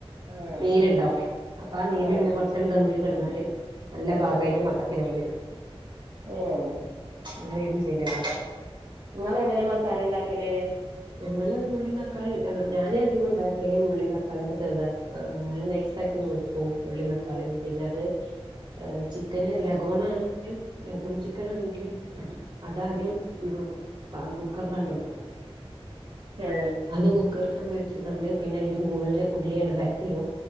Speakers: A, on the right (about 80°); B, on the right (about 55°).
A: ആഹ്
B: നീരുണ്ടാവും അപ്പൊ ആ നീരില്
A: ആഹ്
B: പിന്നെ കൊറച്ചാണ് ദമ്മില് കിടന്നാല് നല്ല പാകായിട്ട്
A: ഏഹ്
B: മട്ടത്തിനായി വരും
A: ഏഹ്
B: അങ്ങനെണ് ശര്യാെവ
A: ഇങ്ങളെങ്ങനെ മസാല ഇണ്ടാക്കല്
B: ഞങ്ങള് ഉള്ളീം തക്കാളീം ഞങ്ങ ഞാന് അധികം ഉണ്ടാക്കല് ഉള്ളീം തക്കാളൊക്കെ ചെറുതാ ആഹ് നല്ല നൈസായ് പിന്നെ നോക്കും ഉള്ളീം തക്കാളീം
A: ഉം
B: പിന്ന അത് ആഹ് ചിക് ചിക്കന് ലഗോണാണെങ്കില് ലഗോൺ ചിക്കൻ ആണെങ്കില് അതാദ്യം
A: നെയ്യും
B: ഉം പ കുക്കർലാണ്ട് വെക്കും
A: പേ ഹ്
B: അത് കുക്കർക്കാണ്ട് വെച്ച്കാണ്ട് പിന്നെ അയ്ന്റെ മോളില് ഉള്ളിയണ്ട് പരത്തിടും